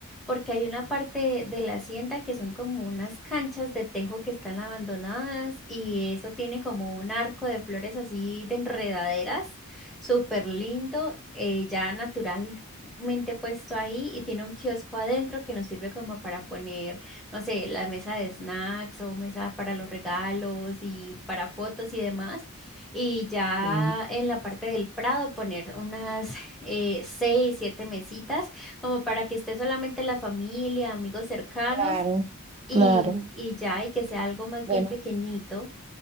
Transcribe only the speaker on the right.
Sí,
claro,
claro.
Bueno.